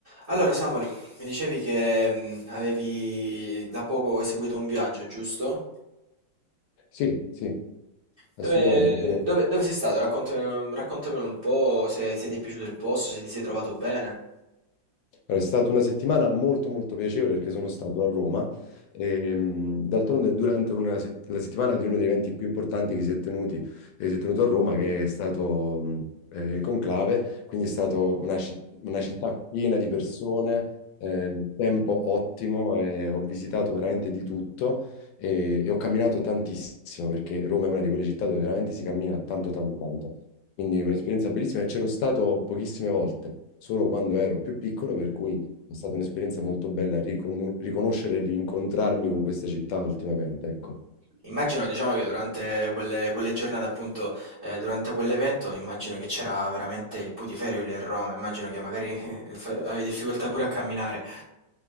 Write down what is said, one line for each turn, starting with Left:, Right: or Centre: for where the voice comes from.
Right: Allora, Samuel, mi dicevi che mm, avevi da poco eseguito un viaggio, giusto?
Left: Sì, sì, assolutamente.
Right: Dove,
Left: Sono- allora,
Right: dove- dove sei stato? Racconta- mm, raccontamelo un po', se, se ti è piaciuto il posto, se ti sei trovato bene.
Left: è stata una settimana molto molto piacevole perché sono stato a Roma. e, mh, d'altronde durante una set- la settimana di uno degli eventi più importanti che si è tenuti, eh, si è tenuto a Roma, che è stato mh, eh, il Conclave, quindi è stata una, ci- una città piena di persone, eh, tempo ottimo, e ho visitato veramente di tutto e, e ho camminato tantissimo perché Roma è una di quelle città dove veramente si cammina tanto tanto tanto. Quindi un'esperienza bellissima e c'ero stato pochissime volte, solo quando ero più piccolo, per cui è stata un'esperienza molto bella ricon- riconoscere e rincontrarmi con questa città ultimamente, ecco.
Right: Immagino, diciamo, che durante quelle, quelle giornate, appunto, eh, durante quell'evento, immagino che c'era veramente il putiferio lì a Roma, immagino che magari <laughs> fa- avevi difficoltà pure a camminare.